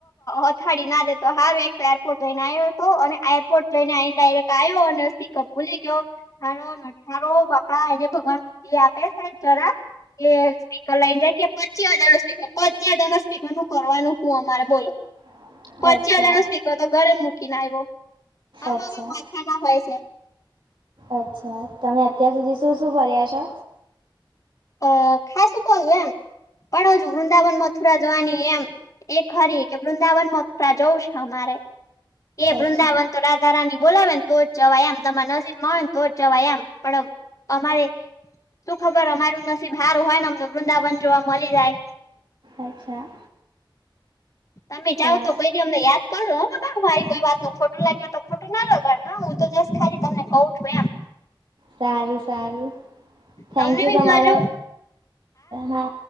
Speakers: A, on the left; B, on the right.
A: અથાળી ના દેતો હારું <unintelligible> તો એરપોર્ટ જઈને આયો તો, અને એરપોર્ટ જઈને આઈને ડાયરેક્ટ આયો, અને સ્પીકર ભૂલી ગયો. હારો નઠારો બાપા એને ભગવાન બુદ્ધિ આપે સાઈડ જરાક. કે સ્પીકર લાઈને જાય કે પચી હજાર નો સ્પીકર, પચી હજાર નો સ્પીકર નું કરવાનું હું અમારે બોલો?
B: <inaudible>
A: પચી
B: અચ્છા
A: હજારનું સ્પીકર, તો ઘરે મૂકીન આવ્યો. આવા-આવા
B: અચ્છા
A: માથા ના હોય છે.
B: અચ્છા. તમે અત્યાર સુધી શું-શું ફર્યા છો?
A: અહ ખાસું કોઈ એમ. પણ હજુ વૃંદાવન, મથુરા જવાની એમ એ ખરી કે વૃંદાવનમાં <unintelligible> જવું છે અમારે. એ વૃંદાવન
B: અચ્છા
A: તો <unintelligible> ધારાની બોલાવે ને તો જવાય એમ, તમારા નસીબ માં હોય ને તો જ જવાય એમ. પણ અમારે તું ખબર અમારું નસીબ હારું હોય ને અમને વૃંદાવન જોવા મલી જાય.
B: અચ્છા.
A: તમે જાવ
B: સા
A: તો કોઈ દી અમને યાદ કરજો હો બાબા, અમારી કોઈ વાત નું ખોટું લાગ્યું તો ખોટું ન લગાડ તા હું તો જસ્ટ ખાલી તમને કઉ છું એમ.
B: સારું-સારું. થેન્ક
A: તમને
B: યુ
A: બી
B: તમારો.
A: મજા
B: હા.